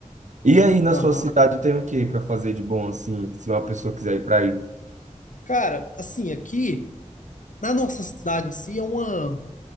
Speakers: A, on the right (about 65°); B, on the left (about 80°).
A: E aí, na
B: aham.
A: sua cidade tem o que para fazer de bom assim, se uma pessoa quiser ir para aí?
B: Cara, assim, aqui, na nossa cidade em si, é uma, como